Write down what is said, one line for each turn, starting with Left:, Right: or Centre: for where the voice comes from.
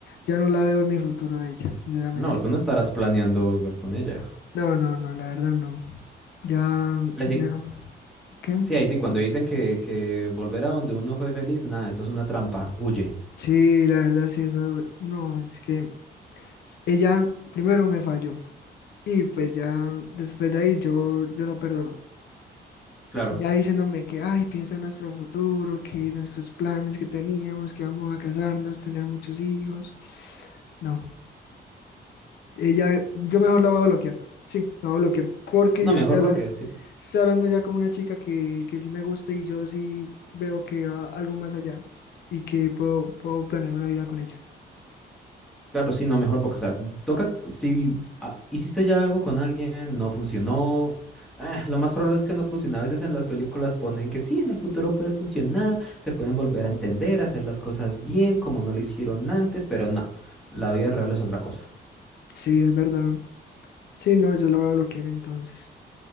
Left: ya no la veo en mi futuro a ella, sinceramente.
Centre: no, tú no estarás planeando volver con ella.
Left: No, no, no, la verdad no. Ya,
Centre: Ay,
Left: ya,
Centre: sí,
Left: ¿qué?
Centre: sí, ahí sí, cuando dicen que, que volver a donde uno fue feliz, nada, eso es una trampa, huye.
Left: Sí, la verdad, sí, eso, no, es que s- ella primero me falló y pues ya después de ahí yo, yo no perdono.
Centre: Claro.
Left: Y ya diciéndome que, ay, piensa en nuestro futuro, que nuestros planes que teníamos, que vamos a casarnos, tener muchos hijos. No, ella, yo mejor la voy a bloquear, sí, la voy a bloquear porque
Centre: No,
Left: ya
Centre: mejor
Left: estoy hablando,
Centre: lo que, sí,
Left: estoy hablando ya con una chica que, que sí me gusta y yo sí veo que va algo más allá y que puedo, puedo planear una vida con ella.
Centre: claro, sí, no, mejor porque, o sea, toca, si ah, hiciste ya algo con alguien, no funcionó, ah, lo más probable es que no funcione. A veces en las películas ponen que sí, en el futuro puede funcionar, se pueden volver a entender, hacer las cosas bien como no lo hicieron antes, pero no, la vida real es otra cosa.
Left: Sí, es verdad. Sí, no, yo lo voy a bloquear entonces.